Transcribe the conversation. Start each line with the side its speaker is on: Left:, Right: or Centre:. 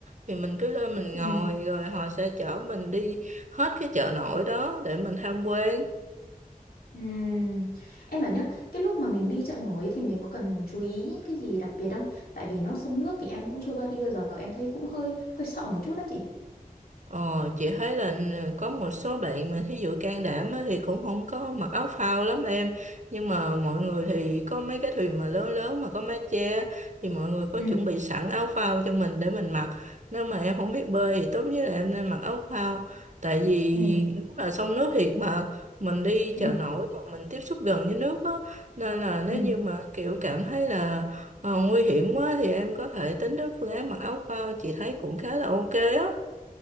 Right: thì mình cứ lên mình
Left: Ừ.
Right: ngồi rồi họ sẽ chở mình đi hết cái chợ nổi đó để mình tham quan
Left: Ừm, Em bảo nhá, cái lúc mà mình đi chợ nổi thì mình có cần chú ý cái gì đặc biệt không? Tại vì nó sông nước thì em cũng chưa bao đi bao giờ, em thấy cũng hơi hơi sợ một chút đó chị.
Right: Ờ, chị thấy là ừ, có một số bạn mà thí dụ can đảm á, thì cũng không có mặc áo phao lắm em nhưng mà mọi người thì có mấy cái thuyền mà lớn lớn mà có mái che thì mọi người có
Left: Ừ,
Right: chuẩn bị sẵn áo phao cho mình để mình mặc nếu mà em không biết bơi thì tốt nhất là em nên mặc áo phao tại vì
Left: ừ,
Right: đúng là sông nước thiệt mà mình đi
Left: ừ,
Right: chợ nổi và mình tiếp xúc gần với nước á nên là nếu
Left: ừ,
Right: như mà kiểu cảm thấy là ờ, nguy hiểm quá thì em có thể tính đến phương án mặc áo phao chị thấy cũng khá là ok á